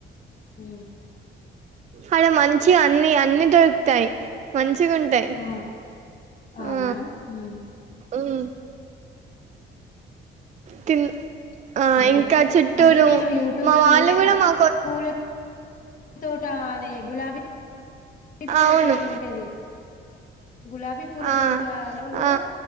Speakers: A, on the left; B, on the right.
A: ఉ
B: అడ మంచిగ అన్ని అన్నిీ దొరుకుతాయి మంచిగా ఉంటాయి
A: ఆ అవునా
B: ఆ
A: ఉహ్మ్
B: మ్మ్ తిన్
A: అదే
B: ఇంకా చుట్టూరు
A: అంటే నేను యూట్యూబ్
B: మా
A: లో
B: వాళ్ళు
A: చూసిన
B: కూడా మాకో
A: పూల తోట అదే గులాబీ గుబీ పూలతోట
B: అవును
A: ఉంటది గులాబీ పూల
B: ఆ
A: తోటలో కూడా
B: ఆ